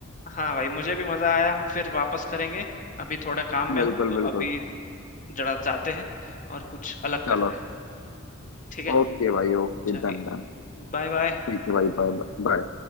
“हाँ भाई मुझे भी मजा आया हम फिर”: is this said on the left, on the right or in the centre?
Left